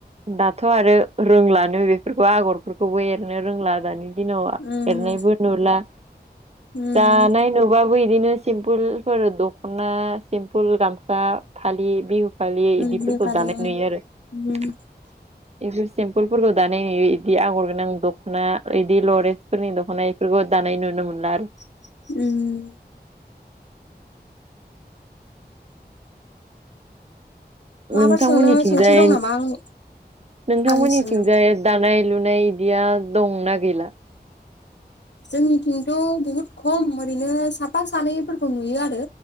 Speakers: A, on the right (about 40°); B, on the left (about 90°).
A: दाथ' आरो रोंलानो बे फोरखौ आगरफोरखौबो एरनो रोंला दानि दिनाव
B: उम
A: एरनायबो नुला।
B: उम
A: दानाय नुबा बो बिदिनो सिमपोलफोर दख'ना सिम्पोल गामसा फालि बिहु फालि
B: उम
A: इदिफोरखौ
B: नेपालि
A: दानाय
B: उम
A: नुयो आरो
B: उम
A: <unintelligible> सिम्पोलफोरखौ दानाय नुयो इदि आगरगोनां दख'ना बिदि लरेेजफोरनि दख'ना बेफोरखौ दानाय नुनो नो मोनला आरो।
B: उम माबाफोर
A: नोंथांमोननिथिंजाय
B: सोंनो सोंथि दं नामा आं
A: नोंथांमोननिथिंजाय
B: आंनिसिमनो
A: दानाय लुनाय इदिया दंना गैला?
B: जोंनिथिंथ' बुहुत खम ओरैनो साफा सानैफोरखौ नुयो आरो।